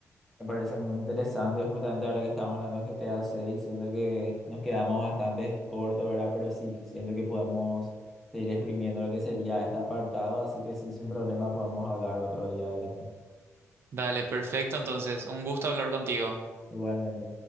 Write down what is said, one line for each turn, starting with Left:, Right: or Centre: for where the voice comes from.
Centre: Me parece muy interesante, justamente ahora que estamos hablando de GTA 6, siento que nos quedamos bastante cortos, ¿verdad? Pero sí, siento que podemos seguir exprimiendo lo que sería este apartado, así que sí, sin problema podemos hablar otro día de esto.
Right: Dale, perfecto. Entonces, un gusto hablar contigo.
Centre: Igualmente.